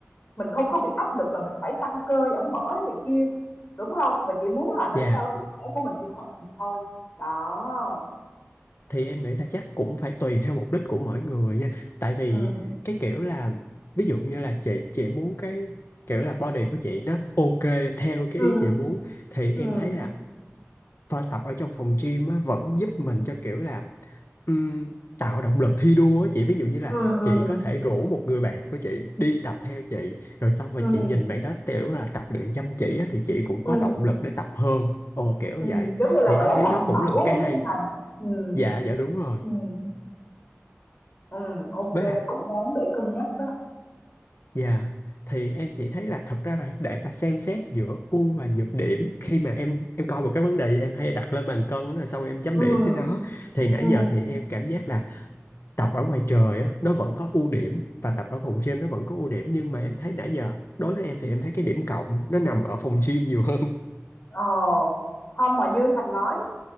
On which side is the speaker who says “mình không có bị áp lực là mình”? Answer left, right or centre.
Left